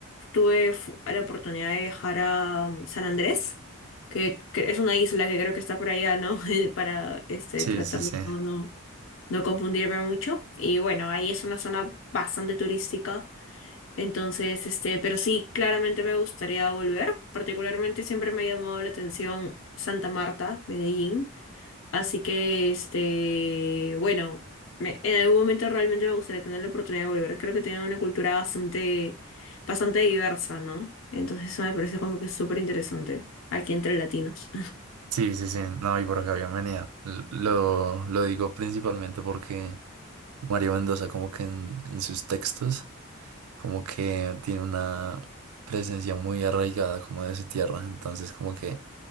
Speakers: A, on the left; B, on the right.
A: Tuve fu- la oportunidad de viajar a um, San Andrés. Que, que es una isla que creo que está por allá, ¿no? <laughs> Para este
B: Sí,
A: tratar,
B: sí, sí.
A: no, no no confundirme mucho. Y bueno, ahí es una zona bastante turística. Entonces, este, pero sí, claramente me gustaría volver. Particularmente siempre me ha llamado la atención Santa Marta, Medellín. Así que, este, bueno, me- en algún momento realmente me gustaría tener la oportunidad de volver. Creo que tienen una cultura bastante, bastante diversa, ¿no? Entonces eso me parece como que súper interesante aquí entre latinos.
B: Sí, sí, sí. No, y por acá, bienvenida. L- Lo, lo digo principalmente porque Mario Mendoza, como que en, en sus textos, como que tiene una presencia muy arraigada como de su tierra. Entonces, como que